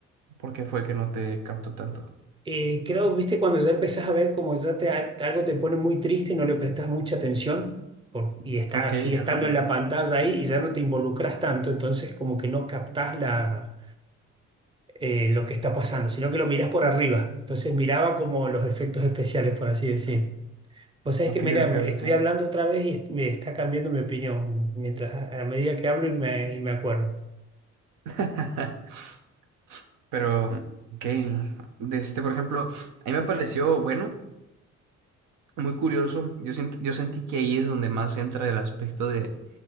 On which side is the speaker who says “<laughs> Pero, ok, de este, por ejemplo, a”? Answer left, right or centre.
Right